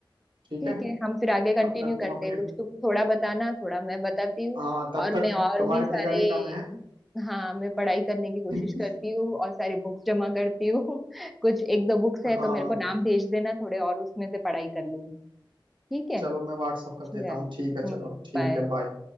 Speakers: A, on the right; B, in the centre.
A: ठीक
B: ठीक
A: है
B: है हम फिर आगे कंटिन्यू
A: तब तक
B: करते
A: तुम अपनी
B: हैं कुछ तुम थोड़ा बताना थोड़ा मैं बताती हूँ
A: हाँ तब
B: और
A: तक
B: मैं और
A: तुम्हारी
B: भी सारे
A: तैयारी कम है
B: हाँ मैं पढ़ाई करने की कोशिश
A: <laughs>
B: करती हूँ और सारे बुक्स जमा करती हूँ <laughs> कुछ एक दो बुक्स है
A: हाँ
B: तो मेरे को नाम भेज देना थोड़े और उसमें से पढ़ाई कर लूंगी ठीक है
A: चलो मैं व्हाट्सअप कर
B: चलो
A: देता हूँ ठीक है
B: हम्म
A: चलो ठीक
B: बाय
A: है बाय